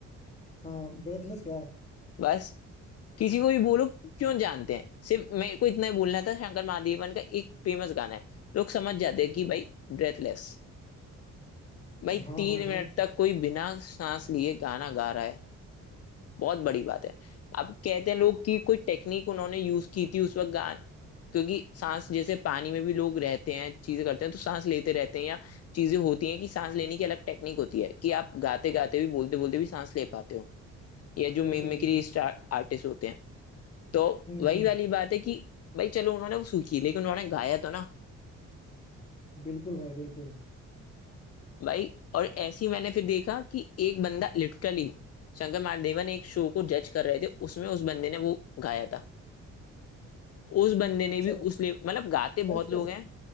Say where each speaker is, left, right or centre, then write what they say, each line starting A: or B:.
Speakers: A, on the left; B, on the left.
A: हाँ ब्रेथलेस क्या
B: बस किसी को भी बोलो क्यों जानते हैं सिर्फ मेरे को इतना ही बोलना था शंकर महादेवन का एक फेमस गाना है लोग समझ जाते हैं कि भाई ब्रेथलेस भाई
A: हाँ
B: तीन
A: हाँ हाँ
B: मिनट तक कोई बिना सांस लिए गाना गा रहा है बहुत बड़ी बात है अब कहते हैं लोग कि कोई टेक्निक उन्होंने यूज की थी उस वक्त गान क्योंकि सांस जैसे पानी में भी लोग रहते हैं चीजें करते हैं तो सांस लेते रहते हैं या चीजें होती हैं कि सांस लेने की अलग टेक्निक होती है कि आप गाते गाते भी बोलते बोलते भी सांस ले पाते हो या जो
A: बिल्कुल
B: मिमिक्री
A: बिल्कुल
B: आर्टिस्ट होते हैं तो
A: हम्म
B: वही
A: हम्म
B: वाली बात है कि भाई चलो उन्होंने वो सूखी लेकिन उन्होंने गाया तो ना
A: बिल्कुल भाई बिल्कुल
B: भाई और ऐसे ही मैंने फिर देखा कि एक बंदा लिटरली शंकर महादेवन एक शो को जज कर रहे थे उसमें उस बंदे ने वो गाया था उस बंदे ने
A: अच्छा
B: भी उस ले मतलब गाते
A: ब्रेथलेस
B: बहुत लोग हैं